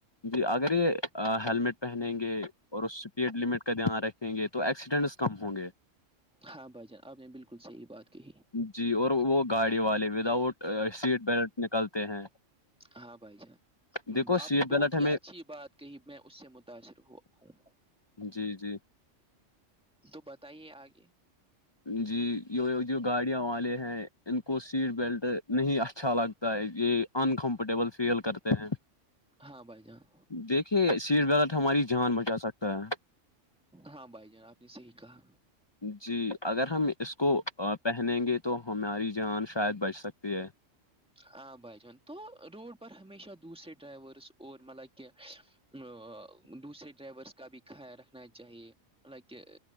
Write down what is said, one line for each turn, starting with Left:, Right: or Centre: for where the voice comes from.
Left: جی اگر یہ ہیللمٹ پہنیں گے اور اس اسپیڈ لمٹ کا دھیان رکھیں گے تو ایکسیڈ س کم ہوں گے
Centre: ہاں بھائی جان آپ نے بالکل صحیح بات کہ
Left: جی اور وہ گاڑی والے ود آؤٹ سیٹ بیلٹ نکلتے ہیں
Centre: ہاں بھائی جان
Left: دیکھو
Centre: آپ
Left: سیٹ
Centre: نے
Left: بیلٹ
Centre: بہت
Left: ہمیں
Centre: ہی اچھی بات کہی میں اس سے متاثر ہوا ہوں
Left: جی جی
Centre: تو بتائیے آگے
Left: جی یہ جو گاڑییاں والے ہیں ان کو سیٹ بیلٹ نہیں اچھا لگ یہ انکمفرٹیبل فیل کرتے ہیں
Centre: ہاں بھائی جاناں
Left: دیکھیے سیٹ بغت ہماری جان بچا سکتا ہے
Centre: ہاں بھائی جان آپ نے صحیح کہا
Left: جی اگر ہم اس کو پہنیں گے تو ہماری جان شاید بچ سکتی ہے
Centre: ہ بھائی جان تو روڈ پر ہمیشہ دوسرے ڈرائیورس اور مطلب کہ ا دوسرے ڈرائیورس کا بھی خیال رکھنا چاہیے م کہ